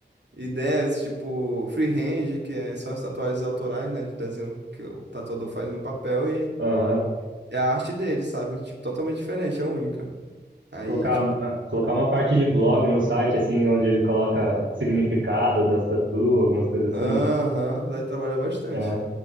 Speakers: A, on the right (about 65°); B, on the right (about 90°).
A: Ideias, tipo, freehand, que é- são as tatuagens autorais, né? De desenho que o tatuador faz no papel.
B: aham.
A: É a arte dele, sabe? Tipo, totalmente diferente, é única. Aí,
B: Colocar,
A: tipo,
B: uma- colocar uma parte de blog no site, assim, onde ele coloca significado das tatu, algumas coisas
A: aham,
B: assim.
A: lá ele trabalha bastante.
B: É.